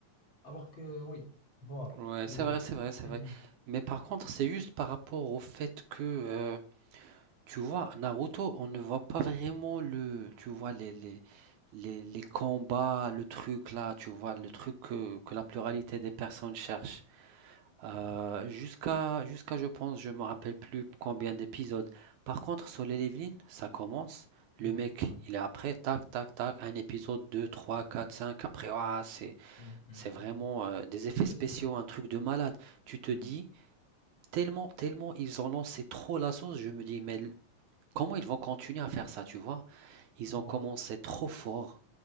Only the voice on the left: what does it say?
Alors que oui, voilà.
C'est...
Mhm.
Mhm.
Ouais,
ouais.
Mhm, mhm.
Moi,
Je suis d'accord.
Mhm.
Voilà.